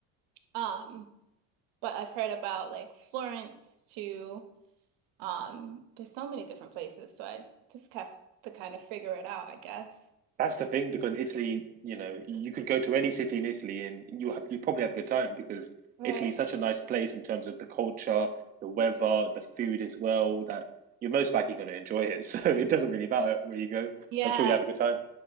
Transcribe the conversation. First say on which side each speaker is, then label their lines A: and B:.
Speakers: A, on the right (about 70°); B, on the right (about 20°).
A: Um, but I've heard about like Florence too. Um, there's so many different places, so I just have to kind of figure it out, I guess.
B: That's the thing because Italy, you know, you could go to any city in Italy and you have you probably have a good time because
A: Right.
B: Italy's such a nice place in terms of the culture, the weather, the food as well, that you're most likely going to enjoy it. <laughs> So it doesn't really matter where you go.
A: Yeah.
B: I'm sure you have a good time.